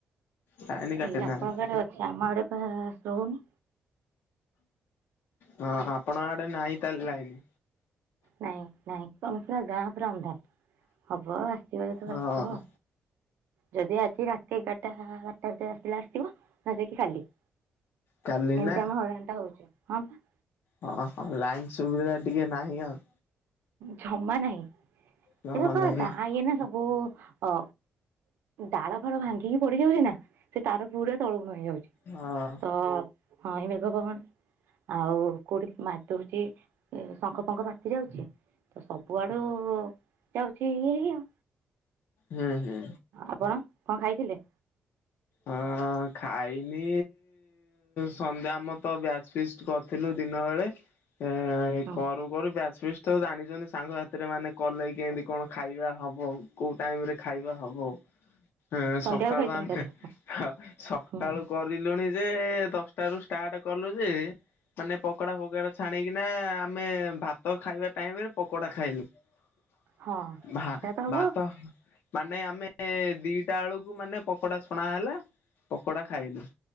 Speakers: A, on the left (about 75°); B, on the right (about 80°).
A: ଲାଇନ କାଟି
B: ଏଇ ଆପଣଙ୍କ
A: ନାହାନ୍ତି।
B: ଆଡେ ଅଛି ଆମ ଆଡେ ଦଉନି।
A: ହଁ ଆପଣ ଆଡେ ନାହିଁ ତାହେଲେ ଲାଇନି
B: ନାଇଁ ନାଇଁ କମ ପୁରା ଗାଁ ପୁରା ଅନ୍ଧାର ହବଅ ଆସିବ ଯେତେବେଳେ
A: ହଁ।
B: ଆସିବ। ଯଦି ଆଜି ରାତି ଏଗାରଟା ବାରଟା ଭିତରେ ଆସିଲେ ଆସଥିବ ନ ହେଲେ ଯାଇକି କାଲି
A: କାଲି
B: ଏମତି
A: ନା
B: ଆମେ ହଇରାଣ ଟା ହଉଛୁ ହଁ ବା।
A: ହଁ ହଁ ଲାଇନ୍ ସୁବିଧା ଟିକେ ନାହିଁ ଆଉ
B: ଜମା ନାହିଁ
A: ଜମା
B: ଏଇଟା
A: ନାହିଁ।
B: ଗାଁ ଇଏ ନା ସବୁ ଅ ଡାଳ ଫାଳ ଭାଙ୍ଗିକି ପଡିଯାଉଛି ନା ସେ ତାର ପୁରା ତଳକୁ ନଇଁ ଯାଉଛି।
A: ହଁ।
B: ତ ହଁ ଏ ମେଘ ପବନ ଆଉ କୋଉଠି ମାଡ଼ ହଉଛି ଶଙ୍ଖ ଫଙ୍ଖ ଫାଟି ଯାଉଛି। ତ ସବୁଆଡୁ ଯାଉଛି ଇଏ ହଇ ଆଉ
A: ହୁଁ ହୁଁ।
B: ଆପଣ କଣ ଖାଇଥିଲେ।
A: ହଁ ଖାଇଛି ସନ୍ଧ୍ୟା ଆମର ତ ବ୍ୟାଚ ଫିଷ୍ଟ କରିଥିଲୁ ଦିନ ବେଳେ ଏ ଏଇ
B: ହଁ
A: କରୁ କରୁ ବ୍ୟାଚ ଫିଷ୍ଟି ତ ଜାଣିଛନ୍ତି ସାଙ୍ଗ ସାଥିରେ ମାନେ କଲେ କି କେମିତି କଣ ଖାଇବା ହବ କୋଉ ଟାଇମ ରେ ଖାଇବା ହବ। ହଁ
B: ସନ୍ଧ୍ୟାକୁ
A: ସକାଳୁ
B: ଖାଇଛନ୍ତି
A: ଆମେ
B: ତାହେଲେ
A: ସକାଳୁ
B: ହୁଁ।
A: କରିଲୁଣି ଯେ ଦଶଟା ରୁ ଷ୍ଟାର୍ଟ କଲୁ ଯେ ମାନେ ପକୋଡା ଫକୋଡା ଛାଣିକିନା ଆମେ ଭାତ ଖାଇବା ଟାଇମରେ ପକୋଡା ଖାଇଲୁ। <inaudible>
B: ହଁ
A: ଭ
B: ସେଇଆ ତ ହବ
A: ଭାତ
B: ଆଉ।
A: ମାନେ ଆମେ ଦିଟା ବେଳକୁ ମାନେ ପକୋଡା ଛଣା ହେଲା ପକୋଡା ଖାଇଲୁ।